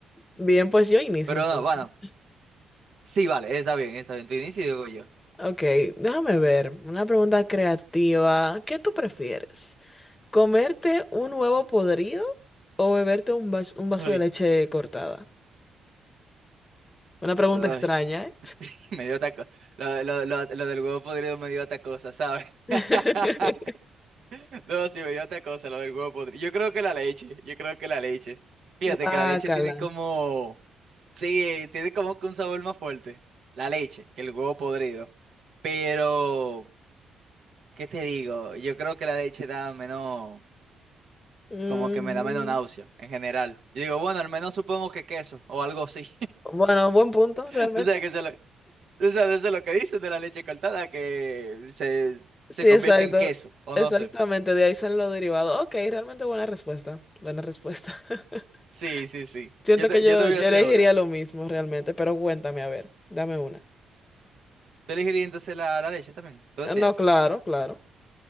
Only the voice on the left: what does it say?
Bien, pues yo inicio
entonces.
Ok, déjame ver. Una pregunta creativa. ¿Qué tú prefieres? ¿Comerte un huevo podrido o beberte un, vas- un vaso
de leche cortada? Una pregunta
extraña, ¿eh?
<laughs>
Guácala.
Mm,
bueno, buen punto,
realmente.
Sí,
exacto.
Exactamente,
de ahí salen los derivados. Ok, realmente buena respuesta. Buena respuesta. <laughs>
Siento
que yo,
yo
elegiría
lo mismo realmente, pero cuéntame, a ver, dame una.
Ah,
No, claro, claro.